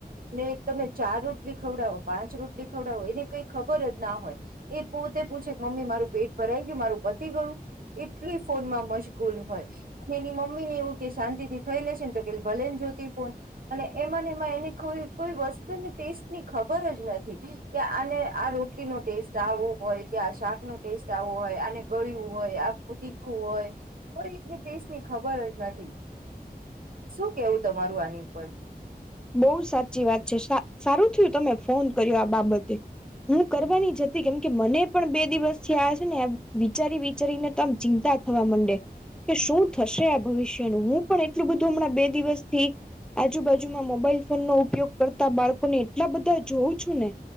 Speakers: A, on the right; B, in the centre.
A: ને તમે ચાર રોટલી ખવડાવો પાંચ રોટલી ખવડાવો એને કઈ ખબર જ ના હોય એ પોતે પૂછે કે મમ્મી મારું પેટ ભરાઈ ગયું મારું પતિ ગયું એટલી ફોન માં મશગુલ હોય. એની મમ્મી એવું કેહેશે. શાંતિથી ખાઈ લેશે ને તો કે ભલે ને જોતી ફોન અને એમાં ને એમાં એને કોઈ કોઈ વસ્તુ ને ટેસ્ટ ખબર જ નથી કે આને આ રોટલી નો ટેસ્ટ આવો હોય કે આ શાક નો ટેસ્ટ આ- વો હોય આને ગળું હોય આ તીખવું હોય કોઈ ટેસ્ટની ખબર જ નથી શું કેવું તમારું આની ઉપર
B: બહુ સાચી વાત છે સા સારું થયું તમે ફોન કર્યો આ બાબતે હું કરવાની જતી કેમ કે મને પણ બે દિવસથી આ છે ને વિચારી વિચારીને તો આમ ચિંતા થવા મંડે કે શું થશે આ ભવિષ્યનું હું પણ એટલું બધું હમણાં બે દિવસથી આજુબાજુ જુમાં મોબાઈલ ફોન નો ઉપયોગ કરતા બાળકોને એટલા બધા જોઉં છું ને-